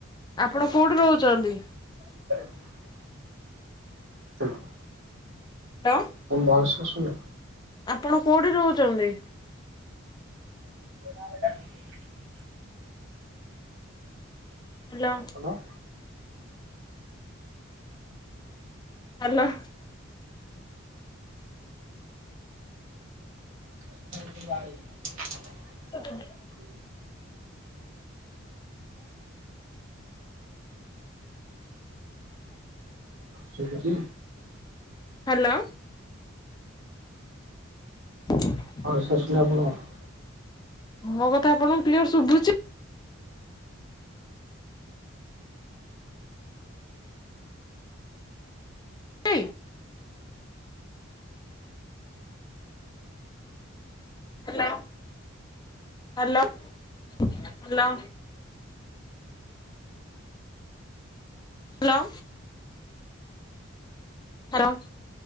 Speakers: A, on the left; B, on the right.
A: ଆପଣ କୋଉଠି ରହୁଚନ୍ତି?
B: <inaudible> <unintelligible>
A: <unintelligible>
B: ତମ ଭୟସ୍ ଆସୁଚିନା।
A: ଆପଣ କୋଉଠି ରହୁଚନ୍ତି?
B: <unintelligible>
A: ହାଲୋ।
B: ହାଲୋ।
A: ହାଲୋ।
B: <inaudible>
A: ସେଦେବେ
B: ହୁଁ। ଶୁଭୁଛି
A: ହାଲୋ। <inaudible>
B: ଭଏସ୍ ଆସୁନି ଆପଣଙ୍କୁ?
A: ମୋକଥା ଆପଣଙ୍କୁ କ୍ଲିୟର ଶୁବୁଚି? ଇ hello hello hello. Hello. Hello.